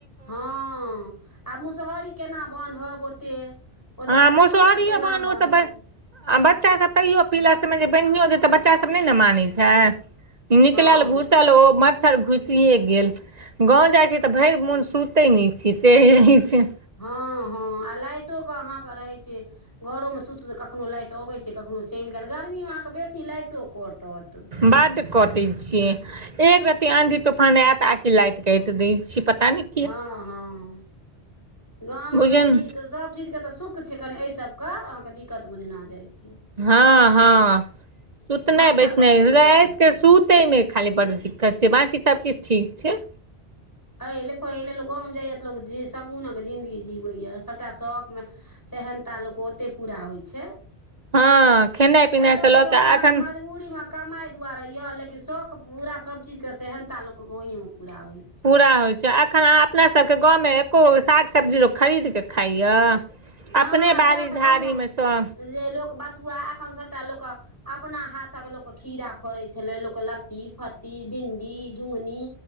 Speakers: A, on the left (about 20°); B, on the right (about 40°).
A: हँ आ मुसहरी केना बानहब ओते ओते
B: हँ
A: टा के
B: मुसहरीयो
A: छत पर केना
B: बनु
A: बान्हब
B: तऽ बस आ बच्चा सब तैयो पीलसमे जे बान्हियो दे तऽ बच्चा सब नहि ने मानै छै निकलल
A: हँ
B: घुसल ओ मत मच्छर घुसिये गेल गाँव जाइ छी तऽ भैर मोन सुतै नहि छी सेहे छै
A: हँ हँ आ लाइटोे के अहाँके रहै छै घरोमे सुतू तऽ कखनो लाइट अबै छै कखनो चैल गेल गर्मीमे अहाँके बेसी लाइटो कटत
B: बड कटै छै एक रर्ती आंधी तूफान आयत आकी लाइट कैट दै छै पता नै
A: हँ हँ गाममे
B: बुझन
A: कनी नीक सब चीज के तऽ सुख छै कनि एहि सब के अहाँके दिक्कत बुझना जाइ छै
B: ह ह सुतनाय
A: मच्छर
B: बैसनाय
A: लऽ कऽ कनि
B: राईत
A: बेसी
B: के
A: छै
B: सुत तै में खाली बड़ दिक्कत छै बाँकी सबकिछ ठीक छै
A: ह एले फले लोक गाँव जाइया तऽ ल शगुनक के जिन्दगी जीवै या सभटा शौकमे सेहनता लोक के ओतय पूरा होइ छै
B: हँ खेनाइ पिनाइ
A: एतऽ
B: से लऽ
A: तऽ लोक
B: कऽ
A: अहाँके
B: एखन
A: मज पूरी में कमाय दुआरे यऽ लेकिन शौक पूरा सब चीज के सेहनता लोक गावे में पूरा होय
B: पूरा होइ छै अखनाँ अपना सबके गाँवमे एको गो साग सब्जी लोक खरीदके खाइयै
A: नहि
B: अपने बाड़ी
A: सएह तऽ कहलहुँ
B: झाड़ीमे सँ
A: जे लोक बथुआ एखन सभटा लोक अपना हाथक लोकके खीरा फड़ै छलै लोक लत्ती फत्ती भिणडी झुङ्गनी